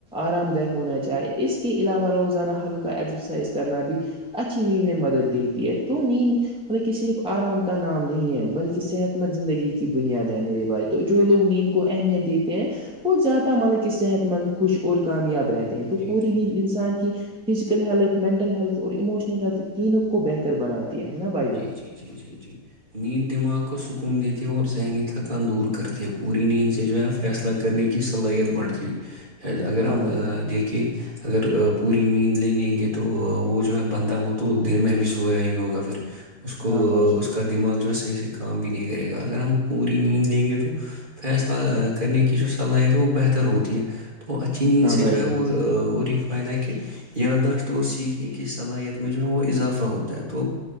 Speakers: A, in the centre; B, on the right.
A: آرام دہ ہونا چاہے اس کے علاوہ روزانہ ہلکا ایگزرسائز کرنا بھی اچھی نیند میں مدد دیتی ہے تو نیند مطلب کہ صرف آرام کا نام نہیں ہے بلکہ صحت ت زندگی کی بنیاد ہے میرے بھائی تو جو لوگ نیند کو اہمیت دیتے ہیں وہ زیادہ مطلب کہ صحت مند خوش اور کامیاب رہتے ہیں تو
B: جی
A: پوری
B: جی
A: نیند انسان کی فزیکل ہیلتھ مینٹل ہیلتھ اور ایموشنل ہیلتھ تینوں کو بہتر بناتی ہے نا بھائی جان
B: جی جی جی جی جی نیند دماغ کو سکون دیتی ہے اور ذہنی تھکان دور کرتی ہے پوری نیند سے جو ہے فیصلہ کرنے کی صلاحیت بڑھتی ہے اگر ہم
A: ہاں بھائی جان
B: دیکھیں اگر پوری نیند نہیں لے گے تو وہ جو ہے بندہ وہ تو دن میں بھی سویا ہی ہوگا پھر اس کو
A: ہاں بھائی جان
B: اس کا دماغ جو ہے صحیح سے کام بھی نہیں کرے گا اگر ہم پوری نیند لیں گے تو فیصلہ کرنے کی جو صلاحیت ہے وہ بہتر ہوتی ہے تو اچھی نیند
A: ہاں
B: سے
A: بھائی
B: جو ہے
A: جان
B: اور ایک فائدہ کہ یاداشت اور سیکھ کی صلاحیت میں جو ہے وہ اضافہ ہوتا ہے تو